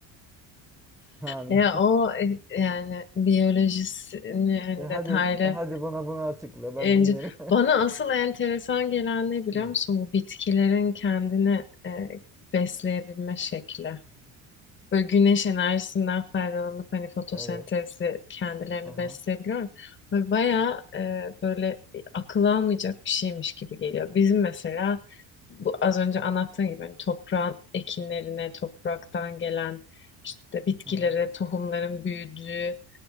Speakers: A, in the centre; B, on the left.
A: Yani
B: Ya o e, yani biyolojisini hani
A: e hadi
B: detaylı
A: e hadi bana bunu açıkla ben
B: Ence-
A: dinlerim.
B: Bana asıl enteresan gelen ne biliyor
A: <laughs> Hı,
B: musun? Bu bitkilerin kendini e, besleyebilme şekli. Böyle güneş enerjisinden faydalanıp hani fotosentezle
A: Evet.
B: kendilerini
A: Aha,
B: besleyebiliyor. Böyle bayağı e, böyle akıl almayacak bir şeymiş gibi geliyor. Bizim mesela bu az önce anlattığım gibi hani toprağın ekinlerine, topraktan gelen işte bitkilere,
A: hı hı, hı.
B: tohumların büyüdüğü